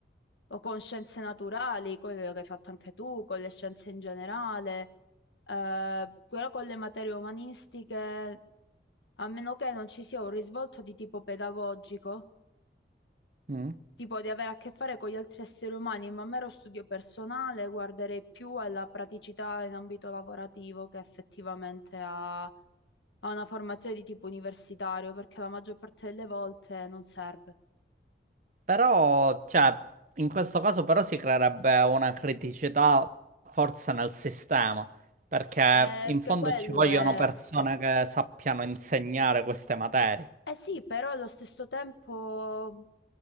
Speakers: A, on the left; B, on the right.
A: o con scienze naturali, quello che hai fatto anche tu, con le scienze in generale, eh, però con le materie umanistiche. A meno che non ci sia un risvolto di tipo pedagogico,
B: Mm.
A: tipo di avere a che fare con gli altri esseri umani, ma a mero studio personale guarderei più alla praticità in ambito lavorativo che effettivamente a, a una formazione di tipo universitario, perché la maggior parte delle volte non serve.
B: Però, cioè, in questo caso però si creerebbe una criticità forse nel sistema, perché
A: Eh,
B: in
A: che
B: fondo
A: quello
B: ci vogliono
A: è...
B: persone che sappiano insegnare queste materie.
A: Eh sì, però allo stesso tempo